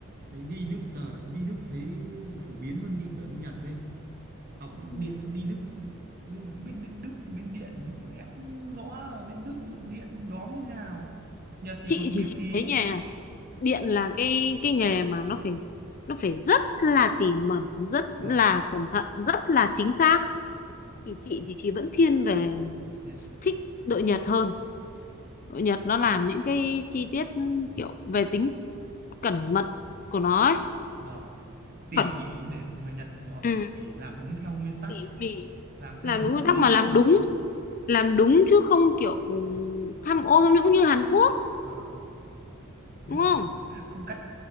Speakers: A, on the right; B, on the left.
A: Thấy đi Đức giờ lại đi Đức thấy phổ biến hơn đi cả đi Nhật đấy. Học
B: Ừ.
A: điện xong đi Đức Nhưng mà không biết bên Đức bên điện nữa. Em cũng không rõ là bên Đức điện đóm như thế nào. Nhật thì
B: chị
A: còn
B: chỉ
A: biết
B: chị
A: tí.
B: thấy nhỉ điện là cái cái nghề mà nó phải nó phải rất là tỉ mẩn rất là
A: Vâng,
B: cẩn thận rất là chính xác
A: vâng,
B: thì chị thì chị vẫn thiên về
A: điện.
B: thích đội Nhật hơn đội Nhật nó làm những cái chi tiết ừ, kiểu về tính cẩn mật của nó ấy
A: Vâng, tỉ
B: cẩn
A: mỉ này, người Nhật thì họ
B: ừ,
A: tỉ mỉ làm đúng theo nguyên tắc,
B: tỉ mỉ
A: làm theo
B: làm
A: đúng
B: đúng nguyên
A: các
B: tắc
A: bước
B: mà
A: luôn.
B: làm đúng làm đúng chứ không kiểu ừ, tham ô tham nhũng như Hàn Quốc
A: À, với
B: đúng
A: cả
B: không
A: <laughs> không cắt